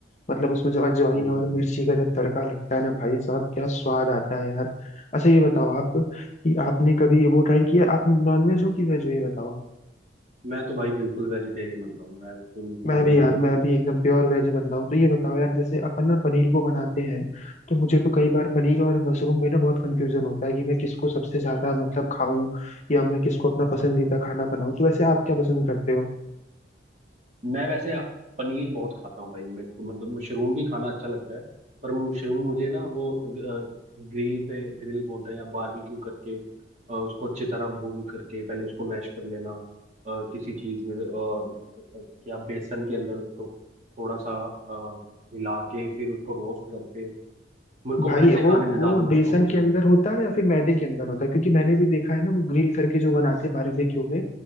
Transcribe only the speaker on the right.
हम्म,
मैं तो भाई बिल्कुल वेजिटेरियन बन रहा हूँ मैं तो
नॉन
वेज
नहीं खाता
बिल्कुल।
मैं वैसे पनीर बहुत खाता हूँ भाई मेरे को मतलब मशरूम भी खाना अच्छा लगता है पर मशरूम मुझे ना वो ग्रिल पे ग्रिल बोलते हैं या बारबेक्यू करके अ, उसको अच्छी तरह भून करके पहले उसको मैश कर लेना अ, किसी चीज में अ, या बेसन के अंदर उसको थोड़ा सा अ, मिला के फिर उसको रोस्ट करके मेरे को
वैसे
खाने में
ज्यादा मशरूम
अच्छा
लगता है